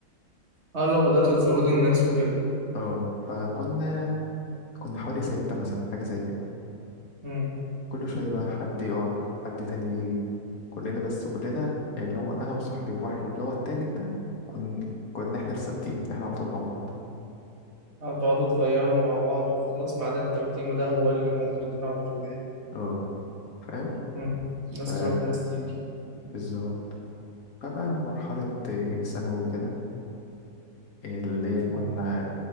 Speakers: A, on the right; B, on the left.
A: اه لو بدأتوا تزودوا الناس وكده
B: اه فكنا كنا حوالي ستة مثلا حاجة زي كده
A: امم
B: كل شوية بقى حد يقع حد تاني يجي كلنا بس كلنا يعني اللي هو أنا وصاحبي واحد اللي هو التالت ده كن كنا احنا الثابتين احنا على طول مع بعض
A: او تقعدوا تغيروا مع بعض وخلاص ما عدا انت وتيمو ده هو اللي موجودين على طول
B: اه فاهم
A: امم ناس
B: ف
A: تروح وناس تيجي
B: بالظبط فبقى مرحلة آه، ثانوي كده اللي هي كنا
A: امم